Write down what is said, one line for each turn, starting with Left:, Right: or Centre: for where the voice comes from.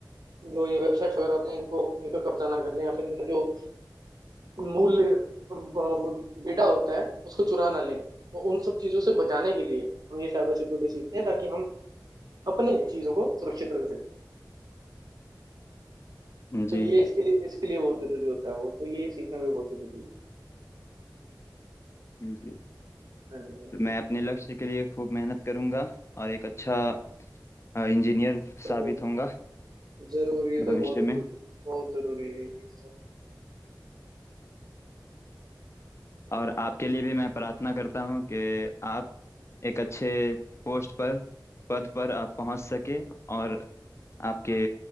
Right: जो ये वेबसाइट्स वगैरह होते हैं इनको इन पर कब्जा ना कर लें या फिर इनका जो मूल अ, वो डेटा होता है उसको चुरा ना लें तो उन सब चीज़ों से बचाने के लिए हम ये साइबर सिक्योरिटी सीखते हैं ताकि हम अपने चीज़ों को सुरक्षित रख सकें
Left: जी
Right: तो ये इसके लिए इसके लिए बहुत जरूरी होता है वो तो ये सीखना भी बहुत जरूरी है
Left: जी
Right: हाँ जी हाँ जी
Left: तो मैं
Right: हाँ
Left: अपने
Right: जी
Left: लक्ष्य के लिए खूब मेहनत करूंगा और एक अच्छा इंजीनियर
Right: जरूर
Left: साबित होऊंगा
Right: जरूर ये
Left: भविष्य
Right: तो बहुत
Left: में
Right: जरूर बहुत जरूरी है ये चीज़ तो
Left: और आपके लिए भी मैं प्रार्थना करता हूं कि आप एक अच्छे पोस्ट पर पद पर आप पहुंच सके और आपके